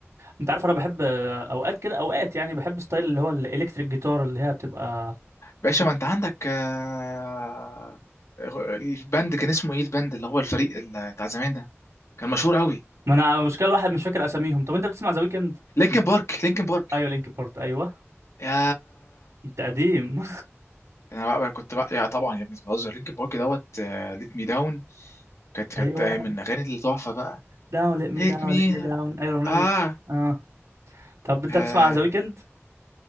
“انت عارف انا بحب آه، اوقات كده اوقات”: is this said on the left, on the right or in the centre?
Right